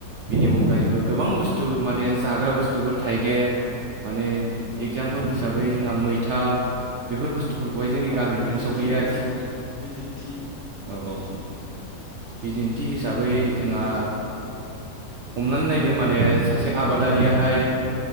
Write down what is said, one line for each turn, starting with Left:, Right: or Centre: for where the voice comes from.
Right: बिनि अनगायैबो गोबां बुस्थु माने जाग्रा बुस्थुबो थाइगेर माने एगजामपोल हिसाबै जोंहा मैथा, बेफोर बुस्थु स्थुफोरखौहाय जोंनि
Left: नोंथां
Right: गामिनिफ्रायनो
Left: बिदिन्थि
Right: सहैयो
Left: नोंथां
Right: आरोखि
Left: बिदिन्थि
Right: औ औ। बिदिन्थि हिसाबै जोंहा हमनानै नायदो माने सासे आबादारियाहाय